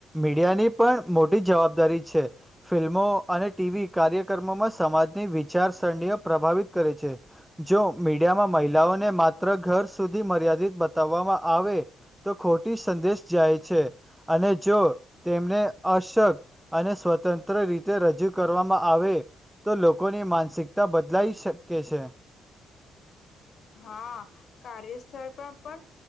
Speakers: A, in the centre; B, on the left.
A: મીડિયાની પણ મોટી જવાબદારી છે. ફિલ્મો અને ટીવી કાર્યક્રમોમાં સમાજની વિચારસરણીઓ પ્રભાવિત કરે છે. જો મીડિયામાં મહિલાઓને માત ત્ર ઘર સુધી મર્યાદિત બતાવવામાં આવે તો ખોટી સંદેશ જાય છે. અને જો તેમને અશક્ત અને સ્વતંત્ર રીતે રજૂ કરવામાં આવે, તો લોકોની માનસિકતા બદલાઈ શકે છે.
B: હા કાર્યસ્થળ પર પણ